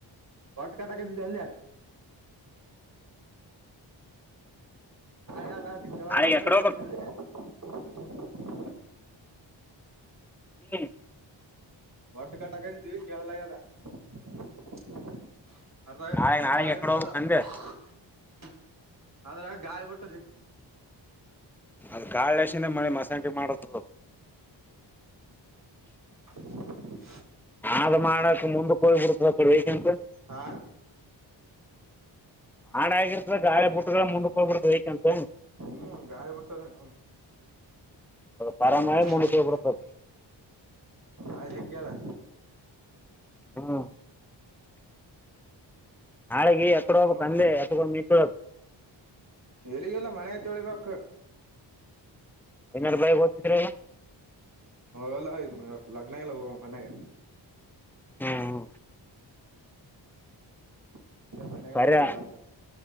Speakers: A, on the right (about 40°); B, in the centre.
A: ಹೊಟ್ ಕಟಕಿದ್ದಿದ್ದ ಎಲ್ಲಿ. ಗದ ಅ ಕೆವ
B: ನಾಳೆಗೆ
A: ಒಟ್ಟ
B: ಎಕಡೆ
A: ಕಟ್ಟಕ
B: ಹೋಗ್ಬೇಕು
A: <inaudible>
B: ಬ <inaudible>
A: ಹೊಟ್ಟೆ ಕಟಕತಿದ್ದೀವಿ ಕೆಳಲಾಗಿದೆ <unintelligible> ಅರ್ಧ
B: ನಾಳೆ ನಾಳೆಗೆ
A: ಗಾಳಿ
B: ಎಕಡೆ
A: ಬಿಟ್ಟದ
B: ಹೋಗ್ಬೇಕ್
A: <unintelligible>
B: ಅಂದೆ
A: ಅದ್ರಾಗ ಗಾಳಿ ಬಿಟ್ಟ.
B: ಅದ ಕಾಳಸನ ಮಳೆ ಮಸಕಿ ಮಾಡದದು.
A: <inaudible>
B: ಆದ ಮಾಡಕ ಮುಂದ ಹೋಗ್ಬಿಡ್ತದ ಕೊಡೆಕಂತ.
A: ಹಾ
B: ಮಾಡಾ ಆಗರ್ತ ಗಾಳಿ ಬುಟ್ಟಗಳ ಮುಂದಕ್ ಹೋಗ್ಬಿಡ್ದು ಬೇಕಂತ.
A: ಹ್ಮ್ ಗಾಾಯಿ ಬಿಟ್ಟದೇ ನ
B: ಅದು
A: ಗಾಯಿ
B: ಪರಮಾಳೆ
A: ಬಿಡ್ಲಿಕ್ಕೆ
B: ಮುಂದಕ್
A: ಏನ್ ಆಯ್ತಾ.
B: ಹೋಗ್ಬಿಡ್ತದ
A: ಆಯಜಗಲ್ಲ
B: ಹ್ಮ. ನಾಳೆಗೆ ಎಕಡೆ ಹೋಗ್ಬೇಕ್
A: ಹ್ಮ್
B: ಅಂದೆ ಎಕ ಮಿತ್ಳಬೇಕ.
A: ಎಲ್ಲಿಗೆಲ್ಲ ಮನೆ ತೊಳಿಬೇಕು.
B: ಇನ್ನಡು ಬಳಗ್ ಹೋಗದ್ತಿದ್ರಲ್ಲ.
A: ಹಲ್ಲ ಲಗ್ನಾಗಲ್ಲ ಹ ಮನೆಗ.
B: ಹ್ಮ್
A: ಇಲ್ಲೇ ಮನೆ
B: ಬರಿ
A: ತೊಳೆದ್ವಿ ಅರ್ಥ